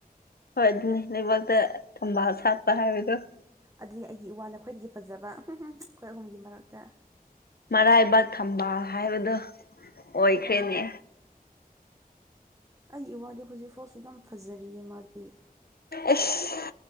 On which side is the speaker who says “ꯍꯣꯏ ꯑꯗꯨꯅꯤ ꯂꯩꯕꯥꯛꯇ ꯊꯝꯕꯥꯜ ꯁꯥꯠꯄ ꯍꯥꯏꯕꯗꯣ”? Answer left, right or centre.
Left